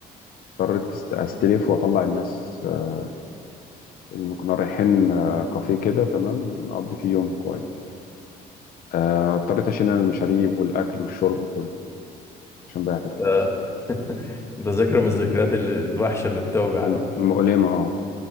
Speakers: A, on the left; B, on the left.
A: اضطريت أست- استلف واطلع الناس آه، إن كنا رايحين آه، كافيه كده تمام نقضي فيه يوم كويس آه، اضطريت أشيل أنا المشاريب والأكل والشرب وكله عشان ضيعت الفلوس
B: ده ده ذكرى من الذكريات ال- الوحشة اللي بتوجع
A: الم-
B: دي
A: مؤلمة اه